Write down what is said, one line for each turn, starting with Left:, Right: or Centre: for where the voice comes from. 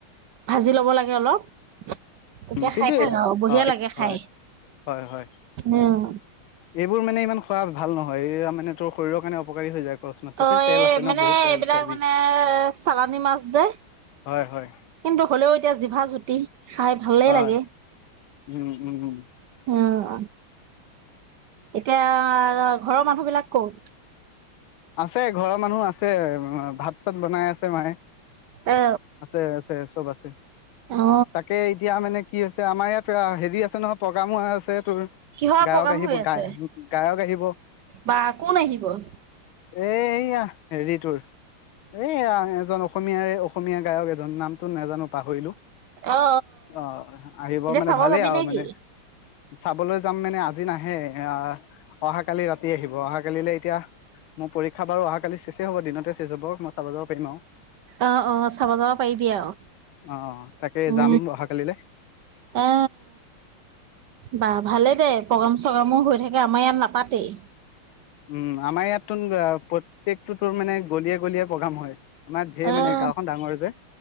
Right: ভাজি ল'ব লাগে অলপ। তেতিয়া
Left: উ কিন্তু
Right: খাই থাক
Left: এইবাক
Right: আৰু বঢ়িয়া
Left: অ
Right: লাগে খাই
Left: হয় হয় হয়
Right: উম
Left: এইবোৰ মানে ইমান। খোৱা ভাল নহয় এইয়া মানে তোৰ শৰীৰৰ কাৰণে অপকাৰী হৈ যায়। কচ মাছটোত
Right: অ
Left: মানে তেল
Right: এই
Left: আছে ন
Right: মানে
Left: বহুত তেল
Right: এইবিলাক
Left: চৰ্বি
Right: মানে চালানী মাছ যে
Left: হয় হয়
Right: কিন্তু হ'লেও এতিয়া জিভা জুত। টি। খাই ভালেই
Left: হয়
Right: লাগে
Left: উম উম উম
Right: উম। এতিয়া ঘৰৰ মানুহ বিলাক ক'ত।
Left: আছে ঘৰৰ মানুহ আছে ভাত চাত বনাই আছে মায়ে।
Right: এ
Left: আছে আছে চব আছে
Right: অ
Left: তাকে এতিয়া মানে। কি হৈছে আমাৰ ইয়াত হেৰি আছে নহয় প্ৰগ্ৰামো আছে। তোৰ
Right: কিহৰ
Left: গায়ক
Right: প্ৰগ্ৰাম
Left: আহিব
Right: হৈ আছে
Left: গা গায়ক আহিব
Right: বা কোন আহিব অ
Left: এইয়া। হেৰি তুৰ এই এজন অসমীয়াৰে অসমীয়া গায়ক এজন নামটোো নাজানো পাহৰিলো
Right: অ
Left: অ আহিব
Right: তেতিয়া
Left: মানে
Right: চাব
Left: ভালেই
Right: যাবি
Left: আৰু
Right: নে
Left: মানে
Right: কি?
Left: চাবলৈ যাম মানে আজি নাহে আহ অহা কালি ৰাতি আহিব অহা কালিলৈ এতিয়া মোৰ পৰীক্ষা বাৰু অহা কালি শেষে হ'ব দিনতে শেষ হব মই চাব যাব পাৰিম আৰু।
Right: অ অ চাব যাব পাৰিবি আৰু
Left: অ তাকে
Right: উ
Left: যাম অহাকালিলৈ
Right: এ বাাহ ভালেই দে প্ৰগ্ৰেম চগ্ৰেমো হৈ থাকে। এ আ মাৰ ইয়াত নাপাতেই
Left: উম আমাৰ ইয়াত নতুন প্ৰত্যেকটো তোৰ মানে গলিয়ে গলিয়ে প্ৰগ্ৰেম হয় আমাৰ ঢেৰ
Right: আহ
Left: মানে গাঁওখন ডাঙৰ যে